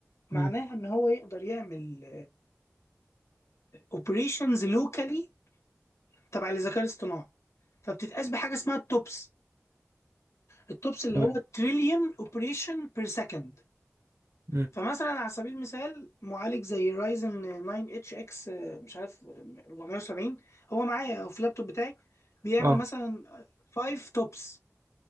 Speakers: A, on the left; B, on the right.
A: معناها
B: امم
A: ان هو يقدر يعمل اوبريشنز لوكالي تبع الذكاء الاصطناعي فبتتقاس بحاجه اسمها التوبس التوبس اللي
B: تمام
A: هو تريليون اوبريشن بير سكند
B: امم
A: فمثلا على سبيل المثال معالج زي رايزن 9 اتش اكس مش عارف 470 هو معايا أو في اللابتوب بتاعي بيعمل
B: اه
A: مثلا 5 توبس